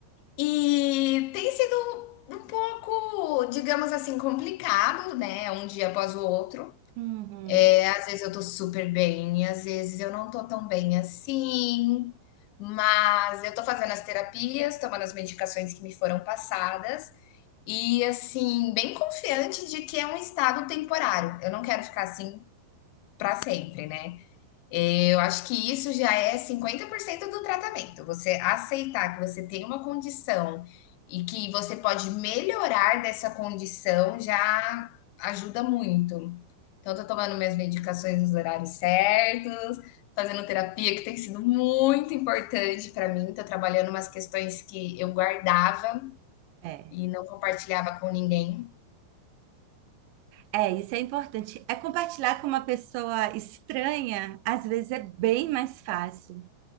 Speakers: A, on the left (about 85°); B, on the right (about 80°).
A: E tem sido um pouco, digamos assim, complicado, né, um dia após o outro.
B: Uhum,
A: É, às vezes eu tô super bem, às vezes eu não tô tão bem assim, mas eu tô fazendo as terapias, tomando as medicações que me foram passadas E assim, bem confiante de que é um estado temporário. Eu não quero ficar assim para sempre, né? Eu acho que isso já é 50% do tratamento. Você aceitar que você tem uma condição e que você pode melhorar dessa condição já ajuda muito. Então, tô tomando minhas medicações nos horários certos, fazendo terapia, que tem sido muito importante para mim. Tô trabalhando umas questões que eu guardava
B: é.
A: e não compartilhava com ninguém.
B: É, isso é importante. É compartilhar com uma pessoa estranha, às vezes é bem mais fácil.